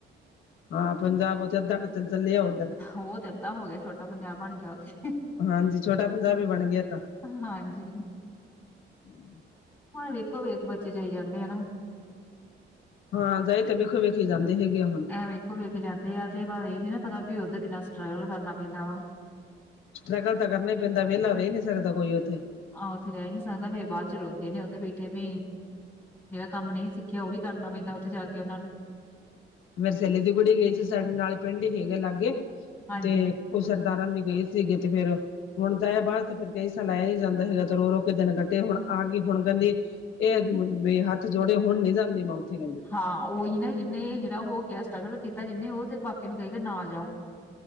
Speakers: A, on the left (about 85°); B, in the centre.
A: ਹਾਂ, ਪੰਜਾਬ ਉੱਥੇ ਅੱਧਾ ਕ ਚ ਚਲੇਆ ਹੁਨ
B: ਉਹ ਤੇ ਏਦਾ ਹੋ ਗਿਆ ਛੋਟਾ ਪੰਜਾਬ ਬਣ ਗਿਆ ਓਥੇ
A: ਹਾਂਜੀ ਛੋਟਾ ਪੰਜਾਬ ਹੀ ਬਣ ਗਿਆ ਤਾਂ
B: ਹਾਂਜੀ
A: <unintelligible>
B: ਹੁਣ ਵੇਖੋ ਵੇਖ ਬੱਚੇ ਚ ਆਈ ਜਾਂਦੇ ਹਨਾ
A: ਹਾਂ ਜਾਈ ਤਾਂ ਵੇਖੋ ਵੇਖੀ ਜਾਂਦੇ ਹੈਗੇ ਆ ਹੁਣ
B: ਵੇਖੋ ਵੇਖ ਜਾਂਦੇ ਆ ਤੇ ਇਹ ਨੀ ਨਾ ਪਤਾ ਵੀ ਉੱਧਰ ਕਿੰਨਾ ਸਟਰਗਲ ਕਰਨਾ ਪੈਂਦਾ ਵਾ
A: ਸਟਰਗਲ ਤਾਂ ਕਰਨਾ ਹੀ ਪੈਂਦਾ ਵਿਹਲਾ ਰਹਿ ਨੀ ਸਕਦਾ ਕੋਈ ਉੱਥੇ
B: ਆਹ ਉੱਥੇ ਰਹਿ ਨੀ ਸਕਦਾ ਫਿਰ ਬਾਅਦ ਚ ਰੋਂਦੇ ਨੇ ਉੱਥੇ ਬੈਠੇ ਵੀ ਜਿਹੜਾ ਕੰਮ ਨਹੀਂ ਸਿੱਖਿਆ ਉਹ ਵੀ ਕਰਨਾ ਪੈਂਦਾ ਉੱਥੇ ਜਾ ਕੇ ਉਹਨਾਂ ਨੂੰ
A: ਮੇਰੇ ਸੈਲੀ ਦੀ ਕੁੜੀ ਗਈ ਸੀ ਸਾਡੇ ਨਾਲ ਪਿੰਡ ਹੀ ਹੈਗਾ ਲਾਗੇ
B: ਹਾਂਜੀ
A: ਤੇ ਉਹ ਸਰਦਾਰਾਂ ਦੀ ਗਏ ਸੀਗੇ ਤੇ ਫੇਰ ਹੁਣ ਤਾਂ ਇਹ ਬਾਅਦ ਤੇ ਫਿਰ ਕਈ ਸਾਲ ਲ ਆਇਆ ਨੀ ਜਾਂਦਾ ਹੈਗਾ ਤੇ ਰੋ ਰੋ ਕੇ ਦਿਨ ਕੱਟੇ ਹੁਣ ਆ ਗਈ ਹੁਣ ਕਹਿੰਦੀ ਇਹ ਹੱਥ ਜੋੜੇ ਹੁਣ ਨੀ ਜਾਂਦੀ ਮੈਂ ਉੱਥੇ ਕਹਿੰਦੀ
B: ਹਾਂ ਉਹੀ ਨਾ, ਜਿਹਨੇ ਜਿਹੜਾ ਹੋ ਕੇ ਆਇਆ ਸਟਗਲ ਕੀਤਾ ਜਿਹਨੇ ਉਹ ਤੇ ਬਾਕੀ ਨੂੰ ਕਹੇਗਾ ਨਾ ਜਾਓ।